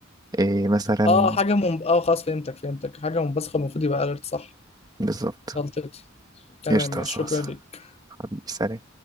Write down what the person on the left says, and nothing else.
اه حاجة من اه خلاص فهمتك فهمتك حاجة منبثقة المفروض يبقى اليرت صح
غلطتي تمام
ماشي
شكرا ليك